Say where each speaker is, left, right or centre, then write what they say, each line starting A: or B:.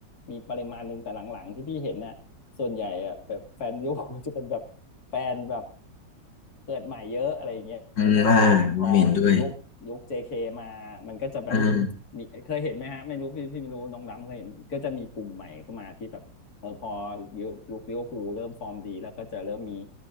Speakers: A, on the left (about 55°); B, on the left (about 85°).
A: มีปริมาณหนึ่งแต่หลังๆที่พี่เห็นน่ะส่วนใหญ่อ่ะแบบแฟนลิเวอร์พูลจะเป็นแบบแฟนแบบเกิดใหม่เยอะอะไรอย่างเงี้ยแบบเหมือนพอ
B: อืมอ่าผมเห็นด้วย
A: ยุคยุค JK มามันก็จะแบบ
B: อืม
A: มีเคยเห็นไหมฮะไม่รู้พี่พี่ไม่รู้น้องดำเคยเห็นก็จะมีกลุ่มใหม่เข้ามาที่แบบเออพอยุคยุคลิเวอร์พูลเริ่มฟอร์มดีแล้วก็จะเริ่มมี